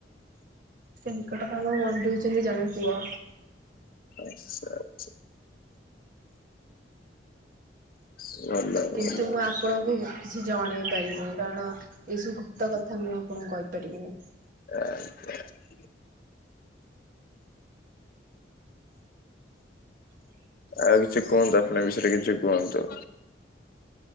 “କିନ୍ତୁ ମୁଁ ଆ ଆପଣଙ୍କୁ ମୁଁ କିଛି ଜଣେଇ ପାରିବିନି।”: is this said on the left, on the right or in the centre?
Right